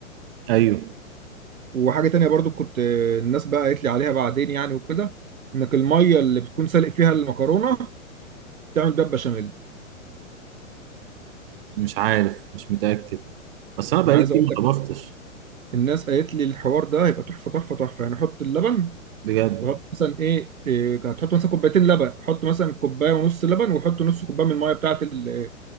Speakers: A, on the right; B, on the right.
A: ايوه
B: وحاجة تانية برضو كنت آه، الناس بقى قالت لي عليها بعدين يعني وكده انك المية اللي بتكون سالق فيها المكرونة تعمل بيها بشاميل
A: مش عارف مش متاكد بس انا بقالي
B: انا عايز
A: كتير
B: اقول
A: ما
B: لك
A: طبختش
B: الناس قالت لي الحوار ده هيبقى تحفة تحفة تحفة يعني حط اللبن
A: بجد
B: وحط مثلا ايه, إيه هتحط مثلا كوبايتين لبن حط مثلا كوباية ونص لبن وحط نص كوباية من المية بتاعة ال-